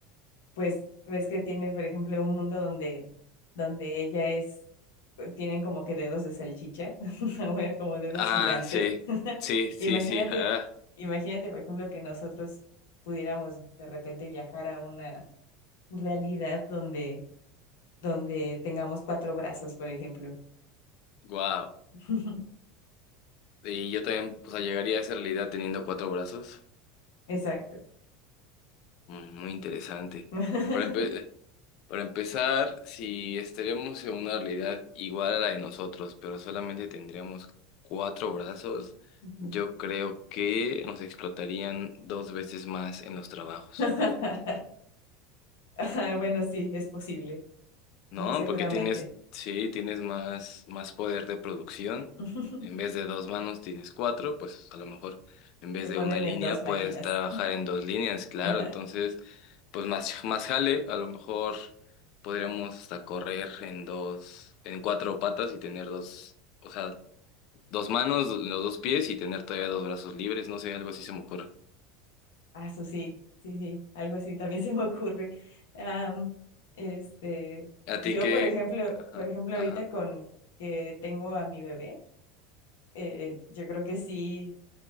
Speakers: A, on the left (about 80°); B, on the left (about 55°).
A: pues ves que tienen, por ejemplo, un mundo donde, donde ella es, eh, tienen como que dedos de salchicha, <laughs> bueno, como dedos
B: Ah,
A: gigantes.
B: sí.
A: <laughs>
B: Sí, sí,
A: Imagínate,
B: sí. <laughs> Ah,
A: imagínate, por ejemplo, que nosotros pudiéramos de repente viajar a una realidad donde, donde tengamos cuatro brazos, por ejemplo.
B: wow.
A: <laughs>
B: Y yo también, o sea, llegaría a esa realidad teniendo cuatro brazos.
A: Exacto.
B: Mm, Muy interesante.
A: <laughs>
B: Pero Para empezar, si estaríamos en una realidad igual a la de nosotros, pero solamente tendríamos cuatro brazos,
A: Ujú.
B: yo creo que nos explotarían dos veces más en los trabajos.
A: <laughs> Ajá, Bueno, sí, es posible,
B: No,
A: muy seguramente.
B: porque tienes, sí, tienes más, más poder de producción.
A: <laughs>
B: En vez de dos manos tienes cuatro, pues a lo mejor en vez
A: Te
B: de
A: ponen
B: una línea
A: en dos máquinas.
B: puedes trabajar en dos líneas, claro.
A: <laughs>
B: Entonces, pues más, más jale, a lo mejor podríamos hasta correr en dos, en cuatro patas y tener dos, o sea, dos manos, do- los dos pies y tener todavía dos brazos libres, no sé, algo así se me ocurre.
A: Ah, eso sí, sí, sí, algo así también <laughs> se me ocurre. Am, este,
B: ¿A ti
A: yo,
B: qué?
A: por ejemplo,
B: Ajá,
A: por ejemplo,
B: ajá.
A: ahorita con que tengo a mi bebé, eh, yo creo que sí.